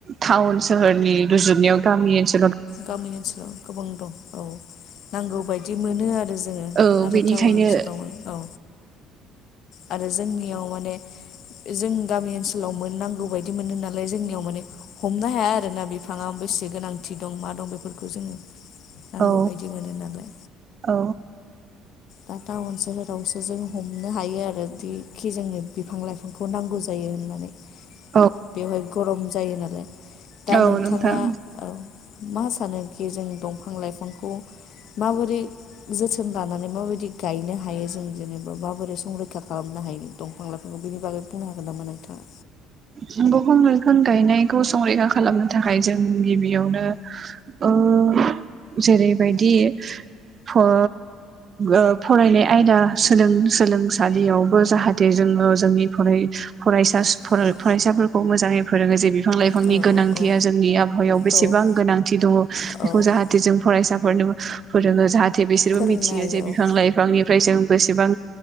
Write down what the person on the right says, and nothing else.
टाउन सोहोरनि रुजुनायाव गामि ओनसोल
औ
बेनिखायनो
औ
औ।
<inaudible>
औ
नोंथां
<inaudible>
दंफां लाइफां गायनायखौ संरैखा खालामनो थाखाय जों गिबियावनो ओ ओ जेरैबायदि खौ ओ फरायनाय आयदा सोलों सोलोंसालियावबो जाहाथे जों ओ जों फराय-फरायसा-फरायसाफोरखौ
मोजाङै फोरोङो जे बिफां लाइफां फांनि
गोनांथिया जोंनि आबहावायाव बेसेबां
गोनांथि दङ'।
बेखौ जाहाथे जों फरायसाफोरनोबो फोरोङो जाहाथे बिसोरबो
मिथियो
जे
बिफां
लाइफांनिफ्राय जों बेसेबां